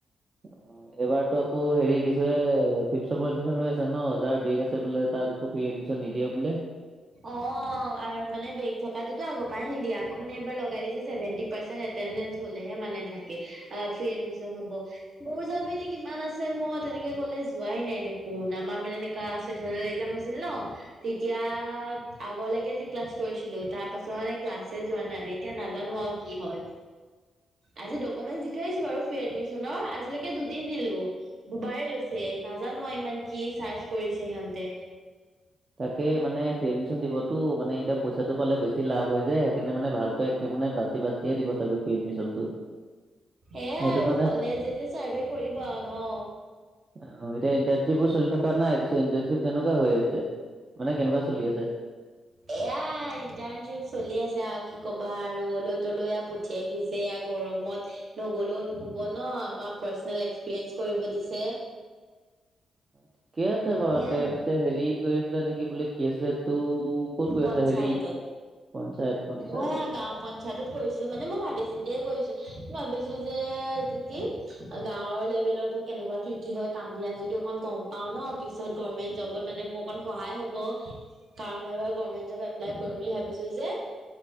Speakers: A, on the right; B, on the right.
A: অ। এইবাৰতো আকৌ হেৰি কি আছে ফিফচেমৰ এডমিশন হৈ আছে ন যাৰ বেক আছে বোলে তাৰ, আকৌ ফ্ৰী এডমিন নিদিয়ে বোলে।
B: অ আৰু মানে বেক থকাটোতো আগৰ পৰাই নিদিয়া, আকৌ মানে এইবাৰ লগাই দিছে চেভেনটি পাৰচেন্ট এটেনন্দেচ হলেহে মানে থাকে আ ফ্ৰী এডমিশন হ'ব। মোৰ জানো এতিয়া কিমান আছে মই তেনেকে কলেজ যোৱাই নাই দেখোন আমাৰ মানে এ কা চিক্স চেমিষ্টাৰ একজাম হৈছিল ন তেতিয়া তাৰ আগলৈকে যি ক্লাছ কৰিছিলো, তাৰ পাছত মানে ক্লাছে যোৱা নাই, এতিয়া নাজানো আৰু কি হয়?
A: <inaudible>
B: আজি ডকুমেন্ট দি থৈ আহিছো বাৰু ফ্ৰী এডমিশনৰ আজিলৈকে দুদিন দিলোঁ। দুবাৰেই লৈছে নাজানো আৰু ইমান কি চাৰ্চ কৰিছে সিহঁতে।
A: তাকে মানে ফ্ৰী এডমিশন দিবতো, মানে এতিয়া পইচাটো পালে বেছি লাভ হয় যে সেইকাৰণে মানে ভালকৈ একে মানে বাচি বাচিয়ে দিব চাগৈ ফ্ৰী এডমিশনটো।
B: এয়াই
A: সেইটো
B: আৰু
A: কাৰণে
B: কলেজ যেতিয়া চাৰ্ভে কৰিব আৰু ন।
A: অ এতিয়া ইন্টাৰ্ণশ্বিপ বোৰ চলি থকা নাই, পিছে ইন্টাৰ্ণশ্বিপ কেনেকুৱা হৈ আছে মানে কেনেকুৱা চলি আছে?
B: এয়া ইন্টাৰ্ণশ্বিপ চলি আছে আৰু কি কবা আৰু অলৈ তলৈ এয়া পঠ সে পুৰিছে এয়া গৰমত নগলেও নহ'ব ন, আমাৰ পাৰ্চনেল এক্সপিৰিয়েঞ্চ কৰিব দিছে।
A: ঠিকে আছে বাৰু
B: সেয়াই
A: তে, পিছে হেৰিত গৈ আছিলে নেকি বোলে। কি আছিল এতো ক'ত কৰি
B: পঞ্চায়তত
A: আছা হেৰি, পঞ্চায়ত পঞ্চায়ত।
B: মই গাঁও পঞ্চায়তত কৰিছো মানে মই ভাবি চিন্তিয়ে কৰিছো, ভাবিছো যে এইটো কি। গাঁৱৰ লেভেলতো কেনেকুৱা কি কি হয় কাম বিলাক যদি অকন গম পাও ন পিছত গৰ্মেন্ট জবত মানে মোৰ অকন সহায় হ'ব। কাৰণ মই এইবাৰ গৰ্মেণ্ট জব এপ্লাই কৰিম বুলি ভাবিছো যে।